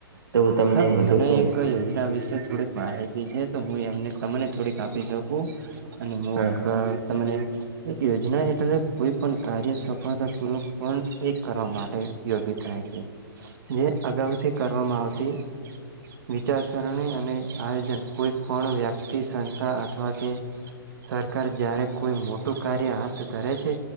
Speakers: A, on the right; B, on the right.
A: તો હું તમને
B: હા
A: વધુ
B: મને
A: કહું
B: એક યોજના વિશે થોડીક માહિતી છે તો હું એમને તમને થોડી આપી શકું અને મુંક
A: હા
B: તમને એક યોજના એટલે કોઈ પણ કાર્ય સફળતા પૂર્ક પણ એ કરવા માટે ઉપયોગી થાય છે જે અગાઉથી કરવામાં આવ જે વિચારસરણી અને આયોજન કોઈ પણ વ્યક્તિ સંસ્થા અથવા કે સરકાર જ્યારે કોઈ મોટું કાર્ય હાથ ધરે છે